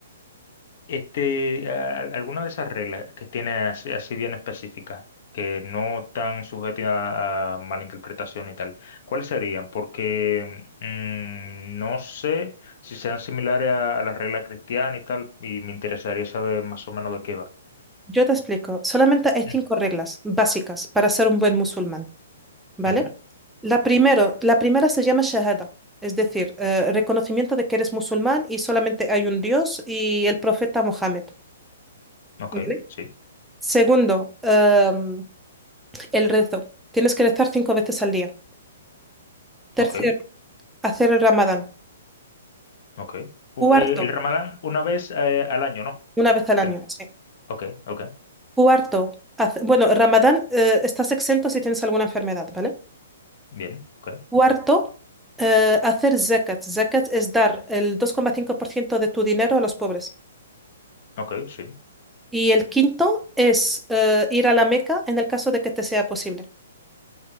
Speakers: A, on the left; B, in the centre.
A: Este, a- alguna de esas reglas que tiene así, así bien específicas, que no están sujetas a, a malinterpretación y tal, ¿cuáles serían? Porque mm, no sé si sean similares a, a las reglas cristianas y tal, y me interesaría saber más o menos de qué va.
B: Yo te explico, solamente hay cinco
A: Mm,
B: reglas básicas para ser un buen musulmán. ¿vale?
A: ujú.
B: La primero, la primera se llama Shahada, es decir, eh, reconocimiento de que eres musulmán y solamente hay un Dios y el profeta Mohammed,
A: Ok,
B: ¿vale?
A: sí,
B: Segundo, em, el rezo. Tienes que rezar cinco veces al día. Tercero,
A: ok,
B: hacer el Ramadán.
A: ok. U-
B: Cuarto,
A: eh, el Ramadán una vez eh, al año, ¿no?
B: una vez al
A: Siempre.
B: año, sí.
A: Ok, ok,
B: Cuarto, hace- bueno, Ramadán, eh, estás exento si tienes alguna enfermedad, ¿vale?
A: bien, ok,
B: Cuarto, eh, hacer zakat. Zakat es dar el dos coma cinco por ciento de tu dinero a los pobres.
A: ok, sí.
B: Y el quinto es eh, ir a la Meca en el caso de que te sea posible.